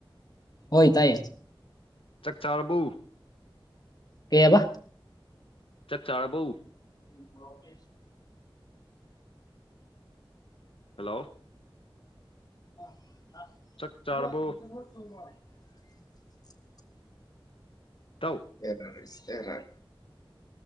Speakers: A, on the left (about 45°); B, on the left (about 80°).
A: ꯍꯣꯏ ꯇꯥꯏꯌꯦ
B: ꯆꯥꯛꯆꯥꯥꯔꯔꯕꯧ
A: ꯀ ꯌꯥꯕ
B: ꯆꯛꯆꯥꯥꯔꯕꯣ
A: <inaudible>
B: ꯍꯜꯂꯣ
A: ꯑ
B: ꯆꯥꯛ ꯆꯥꯔꯕꯣ
A: <inaudible>
B: ꯏꯇꯥꯎ
A: ꯑꯦꯔꯁ ꯍꯔ